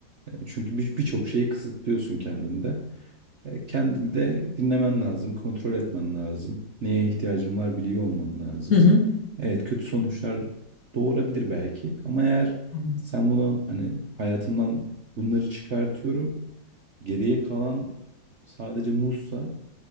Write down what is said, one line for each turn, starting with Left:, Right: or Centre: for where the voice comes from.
Right: e, çünkü bir- birçok şeyi kısıtlıyorsun kendinde. E, Kendini de dinlemen lazım, kontrol etmen lazım. Neye ihtiyacın var biliyor olman lazım.
Left: hı hı.
Right: Evet, kötü sonuçlar doğurabilir belki ama eğer
Left: Evet.
Right: sen bunu hani hayatımdan bunları çıkartıyorum, geriye kalan sadece muzsa,